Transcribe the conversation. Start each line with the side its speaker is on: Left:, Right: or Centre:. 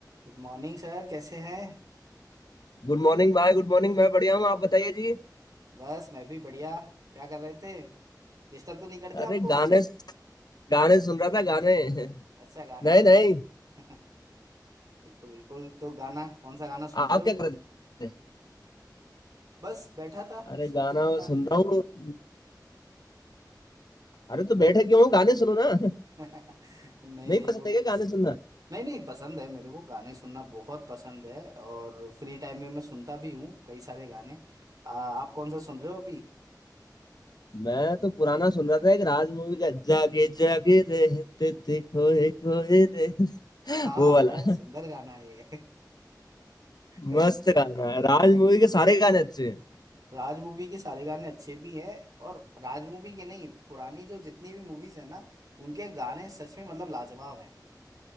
Right: Good morning sir कैसे हैं
Left: गुड मॉर्निंग भाई गुड मॉर्निंग मैं बढ़िया हूँ आप बताइए जी
Right: बस मैं भी बढ़िया क्या कर रहे थे डिस्टर्ब तो नहीं कर दिया
Left: अरे
Right: आपको
Left: गाने गाने सुन रहा था गाने <laughs>
Right: अच्छा गाने
Left: नहीं
Right: सुन रहे
Left: नहीं
Right: थे <laughs> बिल्कुल बिल्कुल तो गाना कौन सा गाना सुन
Left: आप
Right: रहे हो
Left: क्या कर रहे थे
Right: बस बैठा था
Left: अरे
Right: सोच
Left: गाना
Right: रहा था
Left: सुन रहा हूँ अरे तो बैठे क्यों हो? गाने सुनो ना
Right: <laughs>
Left: <laughs>
Right: नहीं
Left: नहीं
Right: नहीं
Left: पसंद
Right: वो
Left: है क्या गाने सुनना
Right: नहीं नहीं पसंद है मेरे को गाने सुनना बहुत पसंद है और फ्री टाइम में मैं सुनता भी हूँ कई सारे गाने आ, आप कौन सा सुन रहे हो अभी
Left: मैं तो पुराना सुन रहा था एक राज मूवी का जागे जागे रहते थे खोए खोए रे <laughs>
Right: हाँ
Left: वो वाला
Right: बड़ा सुंदर गाना है ये <laughs> मतलब
Left: मस्त गाना है राज मूवी के सारे गाने अच्छे हैं
Right: राज मूवी के सारे गाने अच्छे भी हैं और राज मूवी के नहीं पुरानी जो जितनी भी मूवीज है ना उनके गाने सच में मतलब लाजवाब हैं